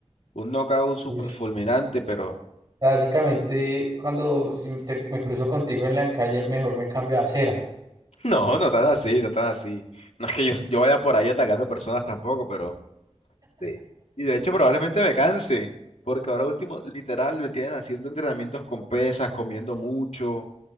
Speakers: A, on the left; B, on the right.
A: Un knockout súper
B: Uy.
A: fulminante, pero
B: Básicamente, cuando si me te- me cruzo contigo en la calle, mejor me cambio a acera.
A: <laughs> no, no tan así, no tan así. No es que yo, yo vaya por ahí atacando personas tampoco, pero Sí. Y de hecho probablemente me canse, porque ahora último, literal, me tienen haciendo entrenamientos con pesas, comiendo mucho,